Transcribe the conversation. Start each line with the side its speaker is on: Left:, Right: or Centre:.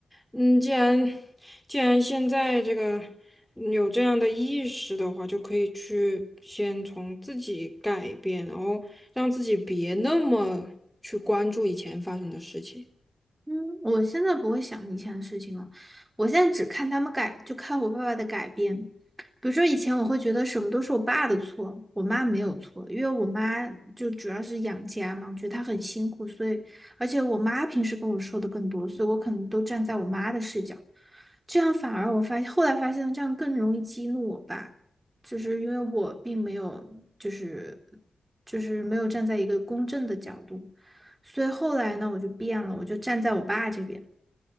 Centre: 嗯，既然既然现在这个有这样的意识的话，就可以去先从自己改变，然后让自己别那么去关注以前发生的事情，
Right: 嗯，我现在不会想以前的事情了，我现在只看他们改，就看我爸爸的改变。比如说以前我会觉得什么都是我爸的错，我妈没有错，因为我妈就主要是养家嘛，我觉得她很辛苦，所以而且我妈平时跟我说的更多，所以我可能都站在我妈的视角，这样反而我发现后来发现这样更容易激怒我爸，就是因为我并没有就是就是没有站在一个公正的角度。所以后来呢，我就变了，我就站在我爸这边，